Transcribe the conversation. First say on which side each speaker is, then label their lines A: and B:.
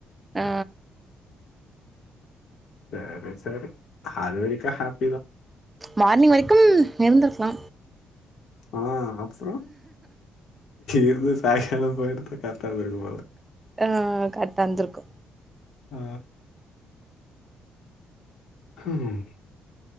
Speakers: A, on the right; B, on the left.
A: ஆ
B: சேரி சேரி அது வரைக்கு ஹாப்
A: மார்னிங் வரைக்கு இருந்துருக்லா
B: ஆ அப்றோ இருந்து சாய்ங்காலோ போயிருந்தா கரட்டா இருந்துருக்கு போல
A: ஆ கரெக்ட்டா இருந்துருக்கு
B: ஆ ஹூம்